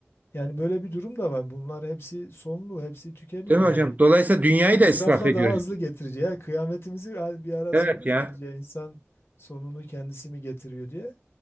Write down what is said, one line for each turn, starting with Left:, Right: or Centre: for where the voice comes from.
Left: Yani böyle bir durum da var. Bunlar hepsi sonlu, hepsi tükeniyor
Right: Değil mi
Left: yani.
Right: hocam? Dolayısıyla dünyayı
Left: Bu israfla
Right: da israf ediyoruz.
Left: daha hızlı getirici. Yani kıyametimizi yani bir ara
Right: Evet
Left: sormuştunuz
Right: ya.
Left: ya insan sonunu kendisi mi getiriyor diye.